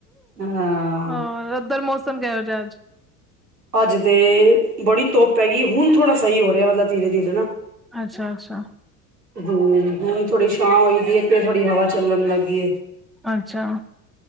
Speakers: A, on the right (about 85°); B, in the centre.
A: ਹਾਂ
B: ਹੋਰ ਉਧਰ ਮੌਸ ਮੌਸਮ ਕੇਓ ਜਿਹਾ ਅੱਜ?
A: ਅੱਜ ਤੇ ਬੜੀ ਧੁੱਪ ਹੇਗੀ ਏ, ਹੁਣ ਥੋੜ੍ਹਾ ਸਈ ਹੋ ਰਿਹਾ ਮਤਲਬ ਧੀਰੇ-ਧੀਰੇ ਨਾ।
B: ਅੱਛਾ-ਅੱਛਾ।
A: ਹੂੰ, ਹੁਣ ਥੋੜੀ ਛਾਂ ਹੋਈ ਦੀਏ ਤੇ ਥੋੜੀ ਹਵਾ ਚੱਲਣ ਲੱਗੀ ਏ।
B: ਅੱਛਾ,